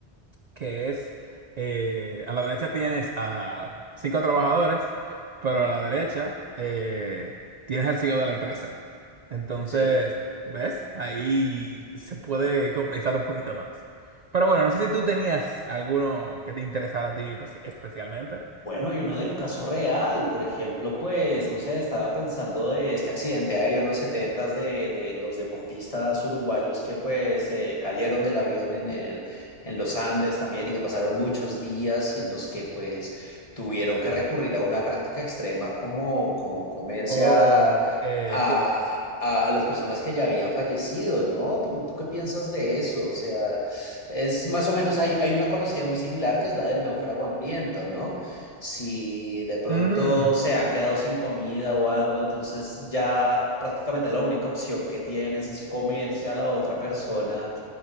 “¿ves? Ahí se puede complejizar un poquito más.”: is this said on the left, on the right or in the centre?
Right